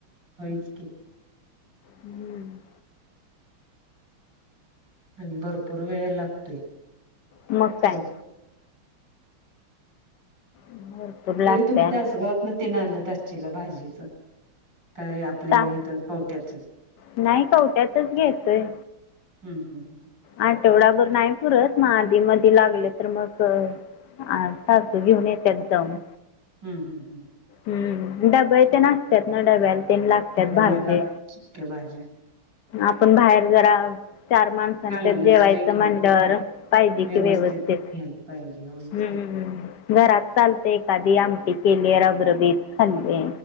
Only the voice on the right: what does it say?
होईच की.
आणि भरपूर वेळ लागतोय.
ठेवा
तरी
तुम्ही
तासगावात ना ते आणत त चला भाजीच का आपल्या
हेथ कवट्याच.
हम्म.
हम्म हम् हम्.
त्यांना
लागत्यात सुक्या भाज्या
चांगलंच
होय की
व्यवस्थितच
घ्यायला पाहिजे होय
की.